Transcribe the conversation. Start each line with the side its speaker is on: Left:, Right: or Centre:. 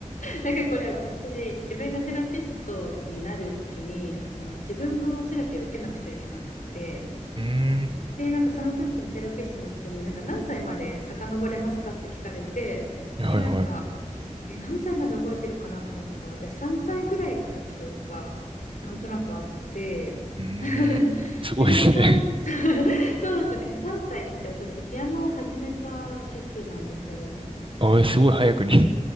Left: なんかこれあの、私、自分がセラピストになる時に、あの、自分もセラピーを受けなくちゃいけなくって、
Right: うーん。
Left: で、なんかその時にセラピストの人に、なんか何歳まで遡れますかって聞かれて、
Right: はいはいはい。
Left: で、なんか、
Right: う
Left: え、何歳まで覚えてるかなと思ったら、私3歳ぐらいから記憶がなんとなくあって、
Right: ー
Left: <laughs>
Right: ん。すごいですね。
Left: で、なんか3、<laughs> そうなんですよ。なんか3歳って私ピアノを始めた時期なんですよ。
Right: <laughs> あ、えすごい早くに。